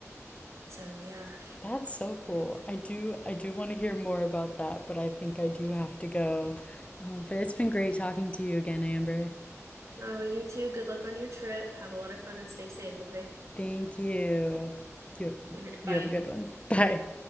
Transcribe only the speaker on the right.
So yeah.
Oh, you too. Good luck on your trip. Have a lot of fun and stay safe, okay?
<laughs> All right, bye.